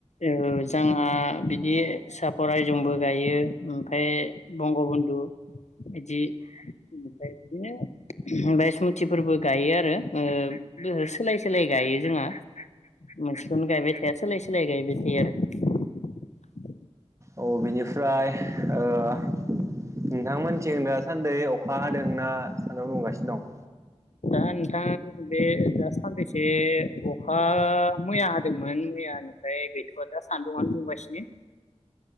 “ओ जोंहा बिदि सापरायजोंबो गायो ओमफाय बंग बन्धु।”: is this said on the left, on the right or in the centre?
Left